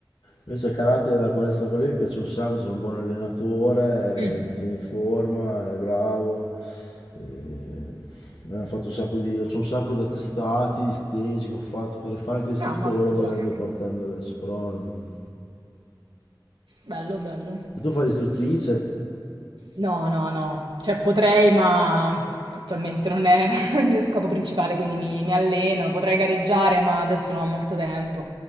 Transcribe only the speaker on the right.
Mm.
Ah, mazza,
bravo.
Bello, bello.
No, no, no, cioè potrei, ma attualmente non è <laughs> il mio scopo principale, quindi mi, mi alleno, potrei gareggiare, ma adesso non ho molto tempo.